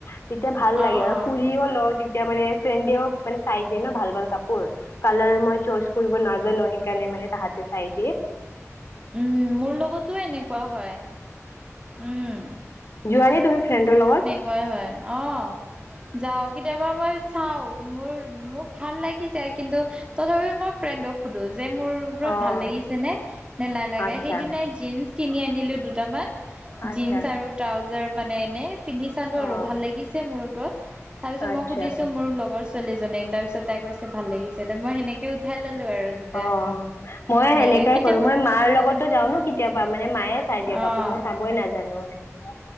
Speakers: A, on the left; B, on the right.
A: তেতিয়া ভাল লাগে
B: অ
A: আৰু
B: অ
A: ফুৰিও লওঁ মে ফ্ৰেডেও মে চাই দিয়ে ন ভাল ভাল কাপোৰ কালাৰ মই চজ কৰিব নাজানো সেইকাৰণে মানে তাহতে চাই দিয়ে
B: উম মোৰ লগতো এনেকুৱা হয় উম
A: ি লগত
B: কাই হয় অ যাও কেতিয়াবা মই চাও মোৰ মোক ভাল লাগি য কিন্তু তথাপিও মই ফ্ৰেণ্ডক সোধোো যে মোৰ ওপৰত
A: অ
B: ভাল লাগিছে
A: অ
B: নে ন লাগে
A: আচ্ছা
B: সেইদিিনাই জিন জ কিনি আনিলো দুটামান
A: আচ্ছা
B: জন্স আৰু ট্ৰাউজ জাৰ মানে এনে- পিন্ধি চালো
A: অঁ
B: আৰু ভাল লাগিছে মোৰো তাৰ পিছত
A: আচ্ছা
B: মই সুধিছো মোৰ লগৰ ছোৱালীজনীক তাৰ পিত তাই কৈছে ভাল লাগিছে ত মই সেনে- কে উঠাই ললো আৰু জোতা
A: অঁ
B: সেনেকে
A: মই সেনেকাই
B: কেতিয়াবা
A: কৰোঁ মই মাৰ লগতো যাও ন কেতিয়াবা মানে মায়ে চাই দিয়ে কাপোৰ
B: অ',
A: মই চাবই নাজানো সেনেকুৱা